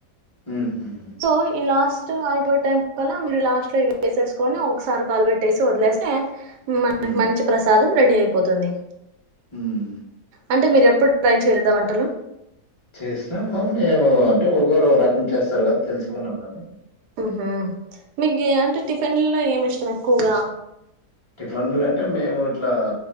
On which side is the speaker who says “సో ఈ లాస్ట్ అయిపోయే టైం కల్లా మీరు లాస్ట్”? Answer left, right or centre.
Right